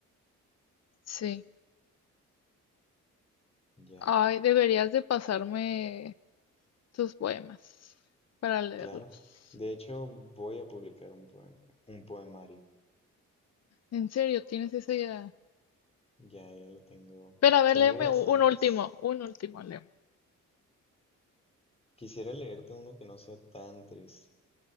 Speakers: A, on the left; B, on the left.
A: Sí.
B: Ya,
A: Ay, deberías de pasarme tus poemas para leerlos.
B: claro. De hecho, voy a publicar un poema, un poemario.
A: En serio, tienes esa idea.
B: Ya, ya lo tengo.
A: Pero a ver,
B: Tengo
A: léeme
B: bastantes.
A: u- un último, un último, léeme.
B: Quisiera leerte uno que no sea tan triste.